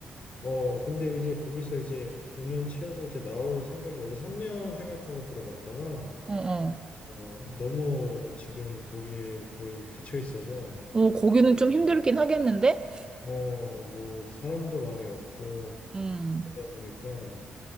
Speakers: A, on the left (about 50°); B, on the right (about 25°).
A: 어, 근데 이제 거기서 이제 5년 채우고 이제 나올 생각이 원래 3년 생각하고 들어갔다가
B: 어, 어.
A: 어, 너무 지금 거기에 거의 갇혀 있어서
B: 어, 거기는 좀 힘들긴 하겠는데?
A: 어, 뭐 사람도 많이 없고
B: 음,
A: 그러다 보니까